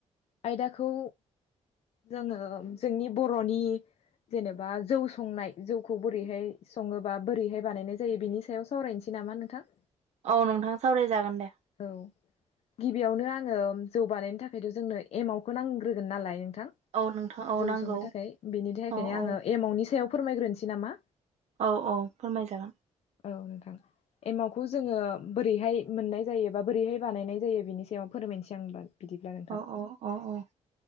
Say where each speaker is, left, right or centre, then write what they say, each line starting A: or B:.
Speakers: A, on the left; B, on the right.
A: आयदाखौ जोङो जोंनि बर'नि जेनेबा जौ संनाय जौखौ बोरैहाय सङोबा बोरैहाय बानायनाय जायो बेनि सायाव सावरायनोसै नामा नोंथां?
B: औ नोंथां सावरायजागोन दे।
A: औ। गिबियावनो आङो जौ बानायनो थाखायथ' जोंनो एमावखौ नांग्रोगोन नालाय थां
B: औ नोंथां औ
A: जौ
B: नांगौ
A: संनो थाखाय बेनि थाखायनो
B: औ औ
A: आङो एमावनि सायाव फोरमायग्रोनोसै नामा?
B: औ औ फोरमाय जागोन।
A: औ नोंथां एमाउखौ जोङो बोरैहाय मोननाय जायो बा बोरैहाय बानायनाय जायो बेनि सायाव फोरमायनोसै आं होनबा। बिदिब्ला नोंथां
B: अ' अ' अ' अ'।